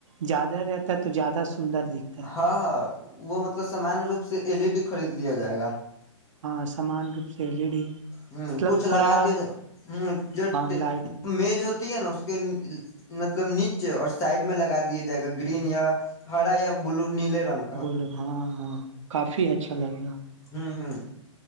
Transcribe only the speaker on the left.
ہاں ہاں وہ مطلب سامانیہ روپ سے ایل ای ڈی خرید لیا جائے گا
ہ
کچھ لگا
دیا جا ہ جو
میز ہوتی ہے نا اس کے مطلب نیچے اور سائڈ میں لگا دیا جائے گا گرین یا ہرا یا بلو نیلے رنگ
ہوں ہوں